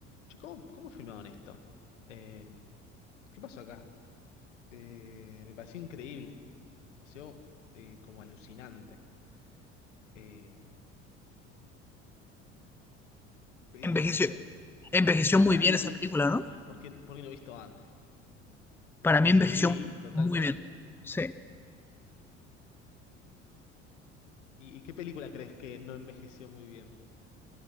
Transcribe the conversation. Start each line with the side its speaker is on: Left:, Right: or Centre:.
Left: che, ¿cómo, cómo filmaron esto? Eh, ¿qué pasó acá? Eh, me pareció increíble, me pareció eh, como alucinante. Eh, y
Centre: Envejeció,
Left: no sé,
Centre: envejeció
Left: la,
Centre: muy
Left: la
Centre: bien
Left: vi y dije,
Centre: esa película,
Left: "Fua,
Centre: ¿no?
Left: ¿por qué, por qué no he visto antes?
Centre: Para mí
Left: Sí,
Centre: envejeció
Left: totalmente.
Centre: muy bien. Sí.
Left: ¿Y, y qué película crees que no envejeció muy bien?